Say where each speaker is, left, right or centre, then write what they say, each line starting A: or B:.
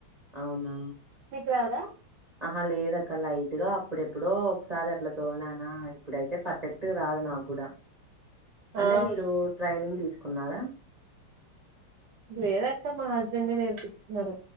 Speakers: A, on the right; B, on the right.
A: అవున
B: క్ రాద
A: అహ లేదక్క లైట్ గా అప్పుడెప్పుడో ఒకసారి అట్ల తోలినాన ఇప్పుడైతే పర్ఫెక్ట్ రాదు నాకు అంటే
B: ఆ
A: మీరు ట్రైనింగ్ తీస్కున్నార
B: లేదక్క మా హస్బెండె నేర్పిించినారు